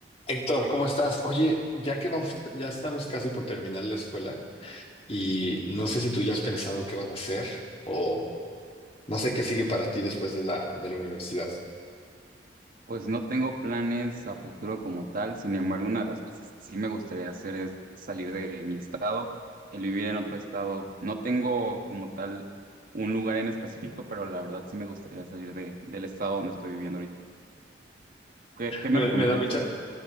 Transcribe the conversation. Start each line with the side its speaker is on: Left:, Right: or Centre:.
Left: Héctor, ¿cómo estás? Oye, ya que vamos, <laughs> ya estamos casi por terminar la escuela y no sé si tú ya has pensado qué vas a hacer o no sé qué sigue para ti después de la, de la universidad.
Right: Pues no tengo planes a futuro como tal, sin embargo, una de las cosas que sí me gustaría hacer es salir de mi estado, el vivir en otro estado. No tengo como tal un lugar en específico, pero la verdad sí me gustaría salir de, del estado donde estoy viviendo ahorita. ¿Qué, qué me
Left: Me,
Right: recomiendas
Left: me da mucha,
Right: tú?